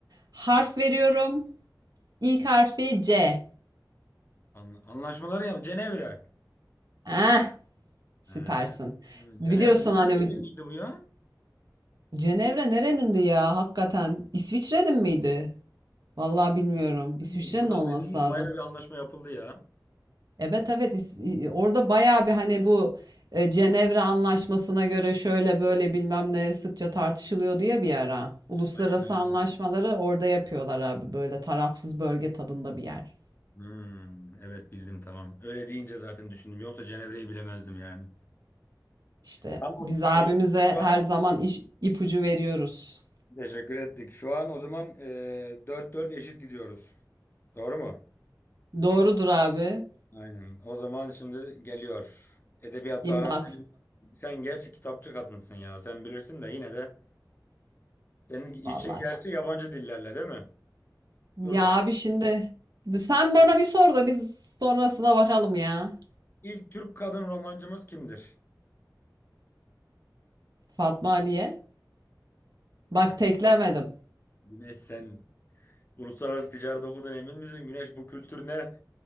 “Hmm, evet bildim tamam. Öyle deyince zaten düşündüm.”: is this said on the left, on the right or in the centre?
Left